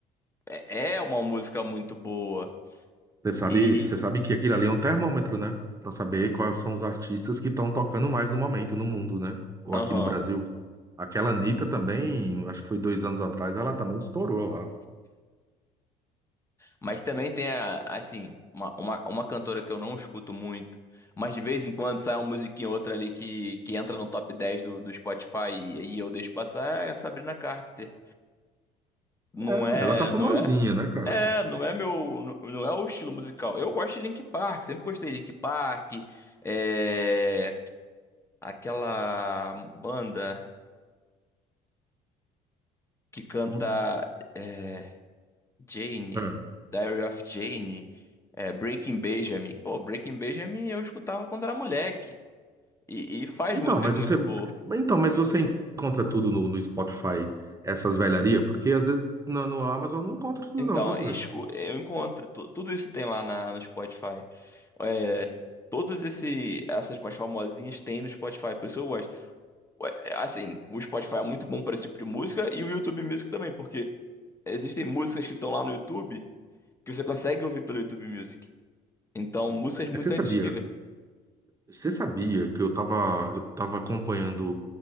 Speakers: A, on the left; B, on the right.
A: é é uma música muito boa.
B: Você sabe,
A: E,
B: você sabe que aquilo ali é um termômetro, né? Para saber quais são os artistas que estão tocando mais no momento no mundo, né? Ou
A: aham.
B: aqui no Brasil. Aquela Anitta também, acho que foi dois anos atrás, ela também estourou lá.
A: Mas também tem, a, assim, uma, uma, uma cantora que eu não escuto muito, mas de vez em quando sai uma musiquinha ou outra ali que, que entra no top 10 do, do Spotify e, e eu deixo passar, é a Sabrina Carpenter. Não
B: É,
A: é,
B: ela tá famosinha,
A: não é?
B: né, cara?
A: É, não é meu, não não é o estilo musical. Eu gosto de Linkin Park, sempre gostei de Linkin Park. É, aquela banda que canta
B: Hum,
A: é, Jane,
B: é.
A: Diary of Jane, é, Breaking Benjamin. Pô, Breaking Benjamin eu escutava quando era moleque e, e faz
B: Então,
A: músicas
B: mas
A: muito
B: você,
A: boas.
B: então, mas você encontra tudo no, no Spotify, essas velharias? Porque às vezes no, no Amazon não encontra tudo
A: Então,
B: não, viu, cara?
A: escu- eu encontro, tu- tudo isso tem lá na, no Spotify. É, todos esse, essas mais famosinhas tem no Spotify, por isso que eu gosto. Ué, é, Assim, o Spotify é muito bom para esse tipo de música e o YouTube Music também, porque existem músicas que estão lá no YouTube que você consegue ouvir pelo YouTube Music. Então, músicas muito
B: Mas Você
A: antigas.
B: sabia? Você sabia que eu tava, eu tava acompanhando